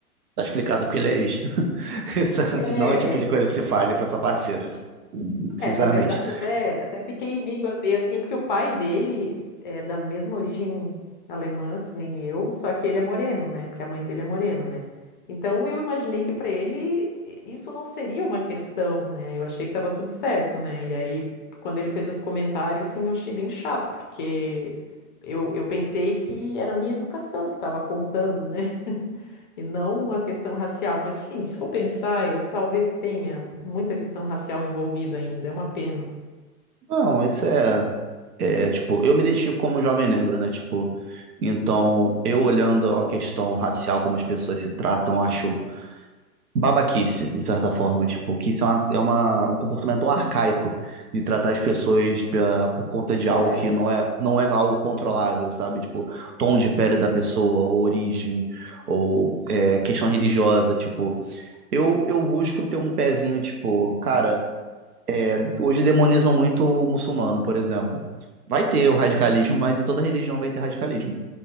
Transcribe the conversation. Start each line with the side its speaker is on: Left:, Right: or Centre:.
Right: Tá explicado porque ele é ex. <laughs> Isso,
Left: É,
Right: Senão é o tipo de coisa que se fale pra sua parceira. Sinceramente.
Left: É, na verdade, até, até fiquei meio a meio assim, porque o pai dele é da mesma origem alemã que nem eu, só que ele é moreno, né? Porque a mãe dele é morena, né? Então eu imaginei que para ele i- isso não seria uma questão, né? Eu achei que tava tudo certo, né? E aí, quando ele fez esse comentário, assim, eu achei bem chato, porque eu, eu pensei que era a minha educação que estava contando, né? <laughs> E não a questão racial. Mas sim, se for pensar, eu talvez tenha muita questão racial envolvida ainda, é uma pena.
Right: Não, isso é, é, tipo, eu me identifico como um jovem negro, né? Tipo, então eu olhando a questão racial, como as pessoas se tratam, eu acho babaquice, de certa forma, tipo, que isso é, uma, é uma- um comportamento tão arcaico de tratar as pessoas pela- por conta de
Left: É,
Right: algo que não é, não é algo controlável, sabe? Tipo, tom de pele da pessoa, ou origem, ou é, questão religiosa, tipo, eu, eu busco ter um pezinho, tipo, cara. Hoje demonizam muito o muçulmano, por exemplo. Vai ter o radicalismo,
Left: sim.
Right: mas em toda religião vai ter radicalismo.